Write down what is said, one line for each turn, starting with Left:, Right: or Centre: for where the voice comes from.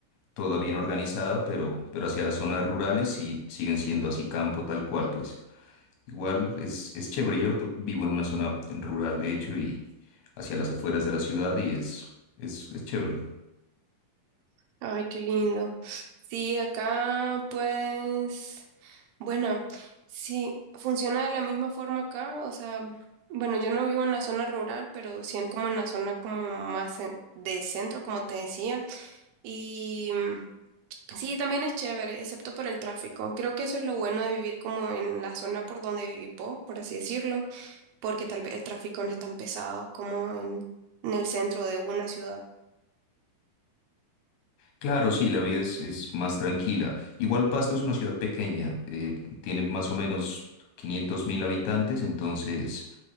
Left: toda bien organizada, pero, pero hacia las zonas rurales sí siguen siendo así campo tal cual, pues. Igual es, es chévere. Yo to- vivo en una zona rural, de hecho, y hacia las afueras de la ciudad y es, es, es chévere.
Right: Ay, qué lindo. Sí, acá pues, bueno, sí, funciona de la misma forma acá, o sea, bueno, yo no vivo en la zona rural, pero sí en- como en la zona como más en- de centro, como te decía, y mm, sí, también es chévere, excepto por el tráfico. Creo que eso es lo bueno de vivir como en la zona por donde vivís vos, por así decirlo, porque tal vez el tráfico no es tan pesado como en, en el centro de una ciudad.
Left: Claro, sí, la vida es, es más tranquila. Igual Pasto es una ciudad pequeña, eh, tiene más o menos 500 mil habitantes, entonces